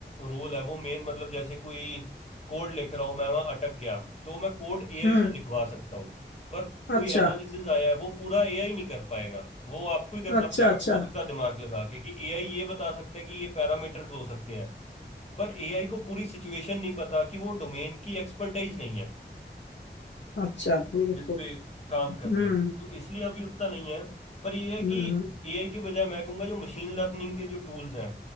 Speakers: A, on the left (about 35°); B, on the left (about 80°).
A: रोल है वो मेन मतलब जैसे कोई कोड लिख रहा हूँ मैं वहां अटक गया तो मैं कोड एआई
B: हम्म।
A: से लिखवा सकता हूँ पर
B: अच्छा
A: कोई एनालिसिस आया है वो पूरा एआई नहीं कर पाएगा वो आपको ही करना
B: अच्छा
A: पड़ेगा
B: अच्छा
A: खुद का दिमाग लगा के कि एआई ये बता सकता है कि ये पैरामीटर्स हो सकते हैं पर एआई को पूरी सिचुएशन नहीं पता कि वो डोमेन की एक्सपर्टाइज नहीं है
B: अच्छा बिल्कुल
A: जिस पे काम कर रहे
B: हम्म
A: हो तो इसलिए अभी उतना नहीं है पर ये है
B: हम्म
A: कि
B: हम्म।
A: एआई के बजाय मैं कहूंगा जो मशीन लर्निंग के जो टूल्स हैं